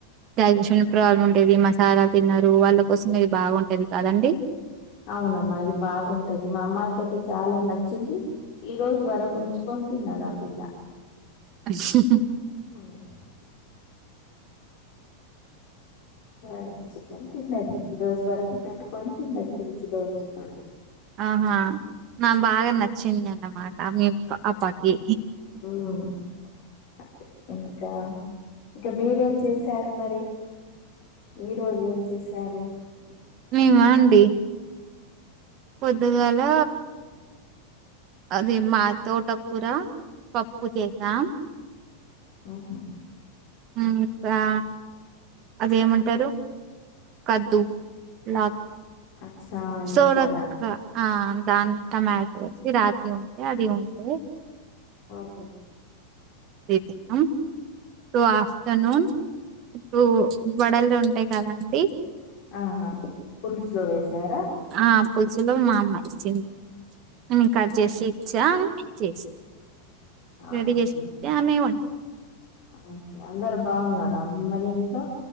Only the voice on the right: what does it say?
డైజెషన్ ప్రాబ్లమ్ ఉండేది మస్త్ చాలా తిన్నారు వాళ్ళ కోసం ఇది బాగుంటది కాదండీ
ముహ్
<unintelligible>
ఆహా నాం బాగా నచ్చిందన్నమాట మీ పాపకి
<unintelligible> <inaudible>
మేమా అండి పొద్దుగాల అది మా తోటకూర పప్పు చేసాం
ము రా అదేమంటారు కద్దు లా
సోరక్ ఆ దాన్ టమాటొ కి రాత్రి ఉంటే అది ఉంటే
అది తిన్నం సో ఆఫ్టర్నూన్ ఇప్పుడు వడలుంటాయి కదా అండి
ఆ పులుసులో మా అమ్మ ఇచ్చింది నేన్ కట్ చేసి ఇచ్చా చేసింది
రెడి చేసిత్తె ఆమె వండింది